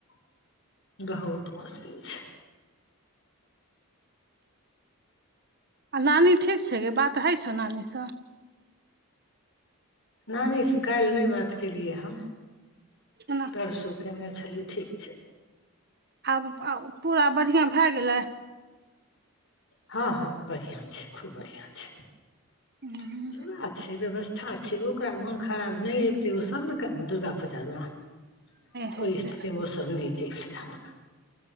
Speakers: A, on the left; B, on the right.
A: <inaudible> बहुत मुश्किल छै
B: आ नानी ठीक छै गे बात होइ छौ नानी सँ
A: नानी सँ काल्हि नहि बात केलियै हन
B: <unintelligible>
A: परसू कएयने छलियै ठीक छै
B: आब आ पूरा बढ़िआँ भए गेलैय
A: हँ हँ बढीआ छै खूब बढ़िआ छै <inaudible>
B: नहि
A: केना छै व्यवस था छै ओकरा मोन खराब नहि अबितै ओ सभ ने करबै दुर्गा पूजा में <inaudible>
B: हेतै
A: ओइ स्थिति मे ओ सब नै जते ह